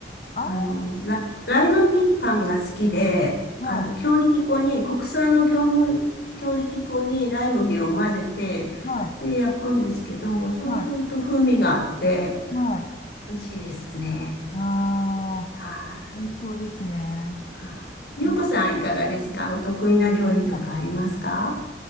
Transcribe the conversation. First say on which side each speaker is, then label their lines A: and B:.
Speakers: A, on the left; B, on the left.
A: ああ、
B: あの、ラ、ライ麦パンが好きで、
A: はい、
B: あの、強力粉に、国産の業務、強力粉にライ麦を混ぜて、
A: はい、はい、
B: で、焼くんですけど、そうすると風味があって、
A: はい、はい。
B: 美味しいですね。
A: ああ、
B: はい、
A: 美味しそうですね。
B: はい。ゆうこさんいかがですかお得意な料理とかありますか
A: うんはい。